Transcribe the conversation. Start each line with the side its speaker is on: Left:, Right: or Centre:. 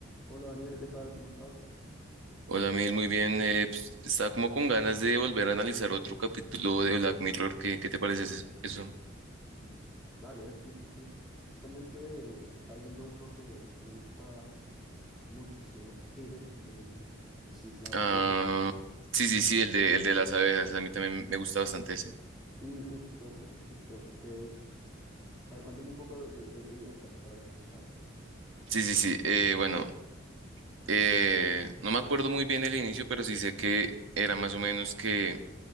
Centre: Hola Daniel, ¿qué tal? ¿Cómo estás?
Right: Hola, Mil, muy bien. eh, pues, estaba como con ganas de volver a analizar otro capítulo de Black Mirror. ¿Qué, qué te parece ese- eso?
Centre: Mm. Dale, sí, sí, sí. Justamente está viendo uno que, que me gusta mucho, se llama Hated in the Nation. No sé si sabes
Right: Ah,
Centre: cuál es.
Right: sí, sí, sí, el de, el de las abejas. A mí también me gusta bastante ese.
Centre: Sí, justo, justo, justo. Que, a ver, cuéntame un poco de, de- de qué iba para, para refrescar.
Right: Sí, sí, sí. eh, bueno, eh, no me acuerdo muy bien el inicio, pero sí sé que era más o menos que